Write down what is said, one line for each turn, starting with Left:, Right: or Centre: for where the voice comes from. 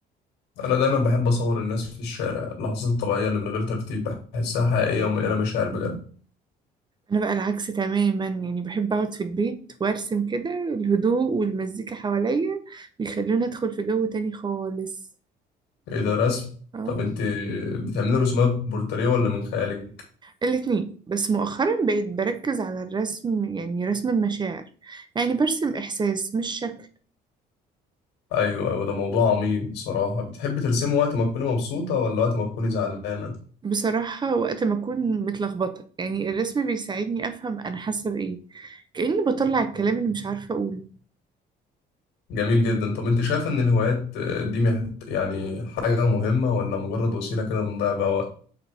Left: انا دايما بحب اصور الناس في الشارع اللحظات الطبيعيه اللي من غير ترتيب بحسها حقيقيه ومليانه مشاعر بجد
Right: انا بقى العكس تماما يعني بحب اقعد في البيت وارسم كده الهدوء والمزيكا حواليا بيخلوني ادخل في جو تاني خالص
Left: ايه ده رسم
Right: اه
Left: طب انت بتعملي رسومات بورتريه ولا من خيالك
Right: الاتنين بس مؤخرا بقيت بركز على الرسم يعني رسم المشاعر يعني برسم إحساس مش شكل
Left: ايوه ايوه ده موضوع عميق بصراحه بتحب ترسمي وقت ما تكوني مبسوطه ولا وقت ما تكوني زعلانه
Right: بصراحة وقت ما أكون متلخبطة يعني الرسم بيساعدني أفهم أنا حاسة بإيه كأني بطلع الكلام اللي مش عارفة أقوله
Left: جميل جدا طب انت شايفه ان الهوايات آه، دي مه- يعني حاجه مهمه ولا مجرد وسيله كده بنضيع بيها وقت